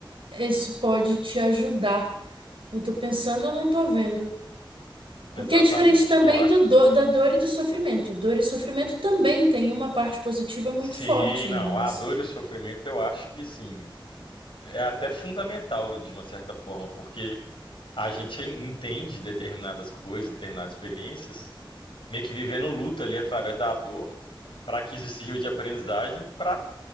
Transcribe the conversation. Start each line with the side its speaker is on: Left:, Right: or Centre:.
Right: isso pode te ajudar. Eu tô pensando, eu não tô vendo. O
Left: Exatamente.
Right: que é diferente também
Left: Eu acho.
Right: do, do- da dor e do sofrimento. Dor e sofrimento também tem uma parte positiva muito
Left: Sim,
Right: forte
Left: não,
Right: nelas.
Left: a dor e o sofrimento eu acho que sim, é até fundamental de uma certa forma, porque a gente en- entende determinadas coisas, determinadas experiências, meio que vivendo luto ali através da dor, para que isso sirva de aprendizagem para